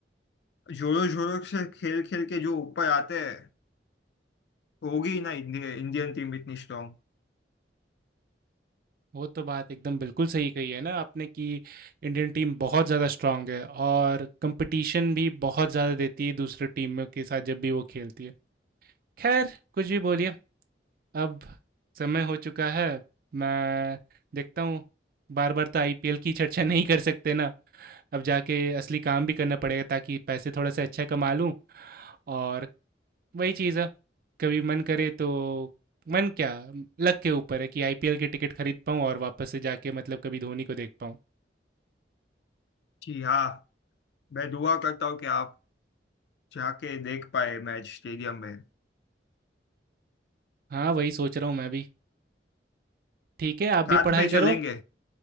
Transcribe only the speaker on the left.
जोरों जोरों से खेल खेल के जो ऊपर आते हैं होगी ही ना इंडिया इंडियन टीम इतनी स्ट्रांग
जी हाँ मैं दुआ करता हूँ कि आप जाके देख पाए मैच स्टेडियम में
साथ
में
चलेंगे